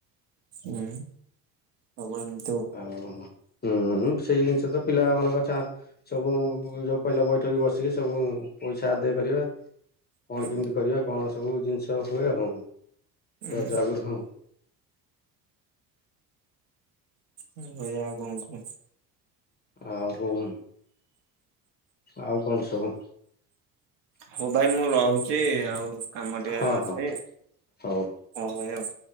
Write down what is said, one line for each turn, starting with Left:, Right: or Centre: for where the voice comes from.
Right: ହୁଁ। ହବନି।
Left: ଓଉ ହୁଁ ସେଇ ଜିନିଷ ତ ପିଲା ମାନଙ୍କ ଚା ସବୁ ଯଉ କହିଲେ ବୈଠକ ବସିକି ସବୁ ପଇସା ଆଦାୟ କରିବା।
Right: ହୁଁ
Left: କଣ କେମିତି କରିବା କଣ ସବୁ ଜିନିଷ ହୁଏ ଆଉ
Right: ହୁଁ।
Left: ରଜ ଆଗୁରୁ ହଁ।
Right: ହୁଁ ଭାଇ ଆଉ କଣ କହ?
Left: ଆଉ କୋଣ ଆଉ କଣ ସବୁ।
Right: ହୋଉ ଭାଇ ମୁଁ ରହୁଚି ଆଉ କାମ ଟିକେ
Left: ହଁ
Right: ଅଛି
Left: ହଁ ହଉ।
Right: ହଁ ଭାଇ ଆଉ